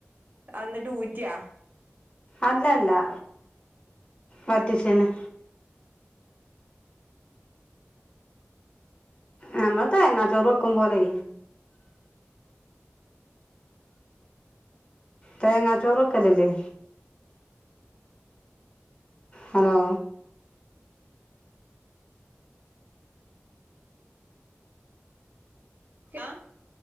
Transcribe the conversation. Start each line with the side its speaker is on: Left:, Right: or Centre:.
Right: അന്നിട്ട് ഊറ്റിയാ?
Left: അല്ലല്ലാ വറ്റിച്ചേണ്. നമ്മൾതേങ്ങാ ചോറ് വെക്കും പോലെ തേങ്ങാച്ചോർ വെക്കലില്ലേ? ഹലോ
Right: ആഹ്